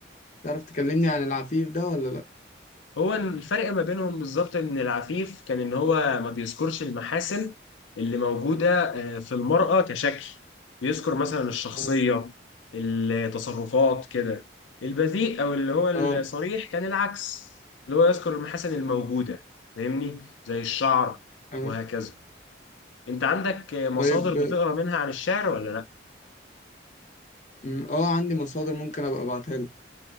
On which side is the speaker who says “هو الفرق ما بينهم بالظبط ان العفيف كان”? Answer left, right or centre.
Left